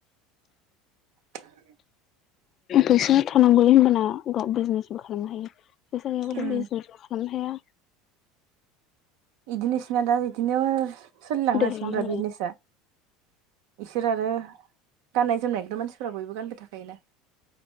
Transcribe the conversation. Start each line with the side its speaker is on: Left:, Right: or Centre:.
Right: <inaudible>
Left: फैसा थानांगौै होनबाना गाव बिजनेसबो खालामनो हायो। फैसा गैयाबाथ'
Right: उम
Left: बिजसबो खालामनो हाया।
Right: इदिनो इसिना दा इदिनो सोलिलांनो
Left: देरलाङो
Right: हासिगोनब्रा बिजनेसा। इसोर आरो गाननाय जोमनायखौथ' मानसिफोरा बयबो गानबाय थाखायोना।